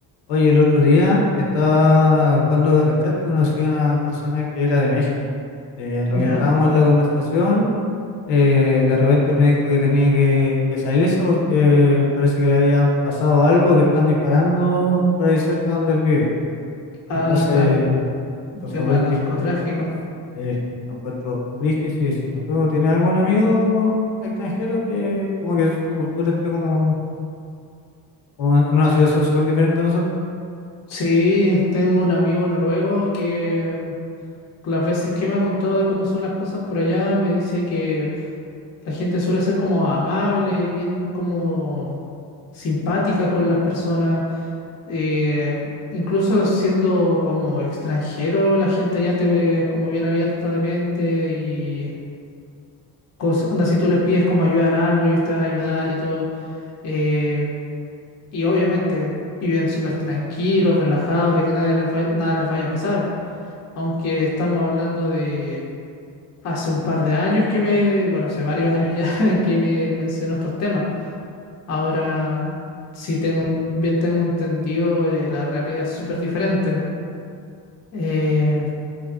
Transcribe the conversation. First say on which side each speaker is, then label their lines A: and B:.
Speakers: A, on the left (about 85°); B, on the left (about 40°).
A: Oye, el otro día estaba jugando de rechat y conocí a una persona que era de México. Y en
B: Ya.
A: lo que estábamos en la conversación, eh, de repente él me dijo que tenía que, que salirse porque parece que le había pasado algo, que están disparando por ahí cerca donde él vive.
B: Ah,
A: Entonces,
B: claro, el
A: lo
B: tema
A: súper
B: del
A: brígido,
B: narcotráfico.
A: eh, lo encuentro brígidísimo. ¿Tú tienes algún amigo extranjero que como que su cultura esté como, como en una situación súper diferente a nosotros?
B: Sí, tengo un amigo noruego que las veces que me ha contado de cómo son las cosas por allá, me dice que la gente suele ser como amable y bien como simpática con las personas. eh, incluso siendo como extranjero, la gente allá te ve como bien abierta de mente y cos- onda, si tú les pides como ayuda en algo, ellos te van a ayudar y todo. Eh, Y obviamente viven súper tranquilos, relajados, de que nadie les vaya- nada les vaya a pasar. Aunque estamos hablando de hace un par de años que me, bueno, hace varios años ya <laughs> que me mencionó estos temas. Ahora, si tengo, en- bien tengo entendido, eh, la realidad es súper diferente. Eh,